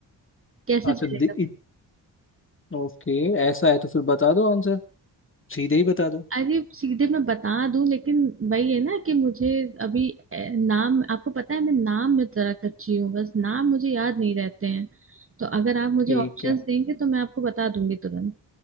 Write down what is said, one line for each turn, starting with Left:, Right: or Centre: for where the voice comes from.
Right: कैसे
Left: अच्छा
Right: चलेगा
Left: दे, ओके ऐसा है तो फिर बता दो आंसर सीधे ही बता दो
Right: अरे सीधे मैं बता दूं लेकिन वही है ना कि मुझे अभी ए, नाम आपको पता है मैं नाम में जरा कच्ची हूँ बस नाम मुझे याद नहीं रहते हैं तो अगर आप मुझे
Left: ठीक
Right: ऑप्शंस
Left: है
Right: देंगे तो मैं आपको बता दूंगी तुरंत